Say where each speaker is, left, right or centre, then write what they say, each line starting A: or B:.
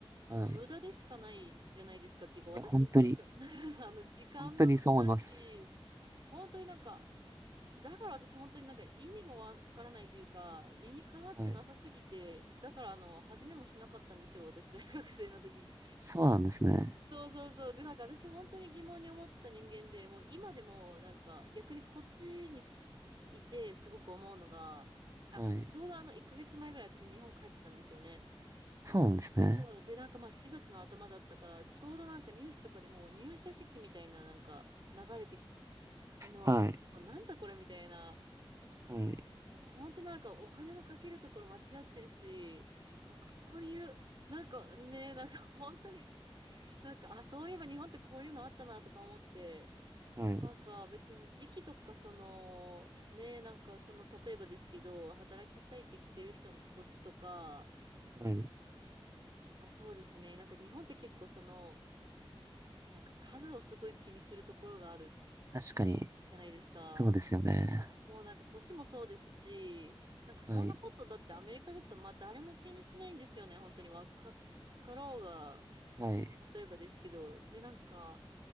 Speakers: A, on the right; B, on the right.
A: はい。
B: もう無駄でしかないじゃないですかっていうか、
A: い
B: 私にとっては
A: や、本当に、
B: <laughs> あの、時間の無駄だし、
A: 本当にそう思います。
B: 本当になんか、だから私本当になんか意味がわからないというか、理にかなってなさすぎて、
A: はい。
B: だからあの、始めもしなかったんですよ、私大学生の時に。
A: そうなんですね。
B: そうそうそう。で、なんか私本当に疑問に思ってた人間で、もう今でもなんか逆にこっちにいてすごく思うのが、あ、
A: はい。
B: ちょうどあの1ヶ月前ぐらい私日本帰ってたんですよね。
A: そうなんですね。
B: そうで、なんかまあ4月の頭だったから、ちょうどなんかニュースとかでもう入社式みたいななんか流れてきて、もう、
A: はい。
B: もうなんだこれみたいな、
A: はい。
B: もう本当なんかお金のかけるところ間違ってるし、なんかそういう、なんかね、なんか本当に、なんか、あ、そういえば日本ってこういうのあったなとか思って、
A: はい。
B: なんか別に時期とかその、ね、なんかその例えばですけど、働きたいって来てる人の年とか、
A: はい。
B: あ、そうですね。なんか日本って結構その、なんか数をすごい気にするところがある
A: 確かに、
B: じゃないですか。
A: そうですよね。
B: もうなんか年もそうですし、なんかそんなことだってアメリカだったらまあ誰も気にしないんですよね。
A: はい。
B: 本当に若かろうが、
A: はい。
B: 例えばですけど。で、なんか、